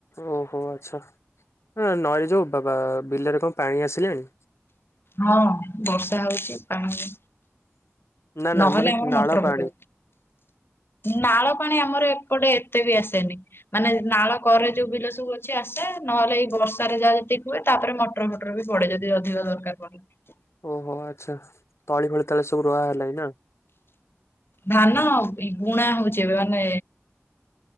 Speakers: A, on the left; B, on the left.
A: ଓହୋ ଆଚ୍ଛା ନଈରେ ଯୋଉ ବା-ବା ବିଲରେ କଣ ପାଣି ଆସିଲାଣି?
B: ହଁ ବର୍ଷା ହଉଛି ପାଣି
A: ନା ନା
B: ନହେଲେ
A: ମାନେ
B: ଆମର
A: ନାଳ
B: ମଟର
A: ପାଣି
B: ପ ନାଳ ପାଣି ଆମର ଏପଟେ ଏତେ ବି ଆସେନି ମାନେ ନାଳ କରେ ଯୋଉ ବିଲ ସବୁ ଅ କିଛି ଆସେ ନହେଲେ ଏଇ ବର୍ଷାରେ ଯାହା ଯେତିକି ହୁଏ। ତାପରେ ମଟର ଫଟର ବି ପଡେ ଯଦି ଅଧିକ ଦରକାର ପଡେ।
A: ଓହୋ ଆଚ୍ଛା ତଳି ଫଳି ତାହଲେ ସବୁ ରୁଆ ହେଲାଣି ନାଁ?
B: ଧାନ ଆ ବୁଣା ହଉଛି ଏବେ ମାନେ